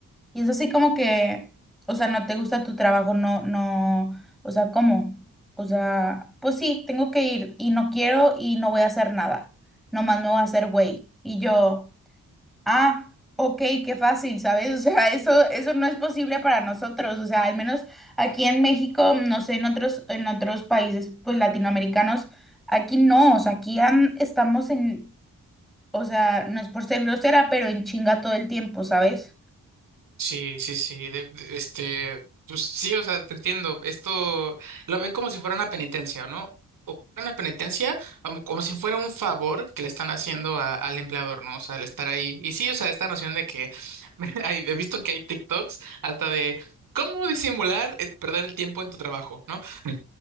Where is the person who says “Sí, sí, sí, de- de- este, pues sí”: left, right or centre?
Right